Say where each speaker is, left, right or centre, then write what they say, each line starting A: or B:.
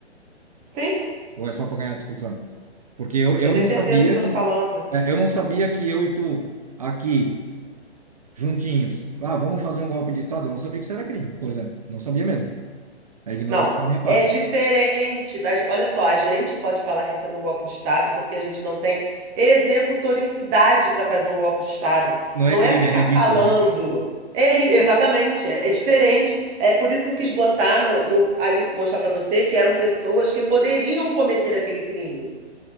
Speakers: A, on the right; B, on the right.
A: Sim,
B: Ou é só para ganhar discussão? Porque eu, eu
A: eu tenho
B: não sabia
A: certeza do que eu
B: que
A: tô falando.
B: é, eu não sabia que eu e tu aqui juntinhos, ah, vamos fazer um golpe de estado, eu não sabia que isso era crime, por exemplo. Não sabia mesmo. É ignorância
A: Não,
B: da minha parte.
A: é diferente das, olha só, a gente pode falar que vai fazer um golpe de Estado porque a gente não tem executoriedade para fazer um golpe de Estado.
B: Não
A: Não
B: é crime,
A: é ficar
B: é ridículo,
A: falando.
B: né?
A: É, ri- exatamente, é, é diferente. É por isso que eu quis botar no, no- ali, mostrar para você que eram pessoas que poderiam cometer aquele crime.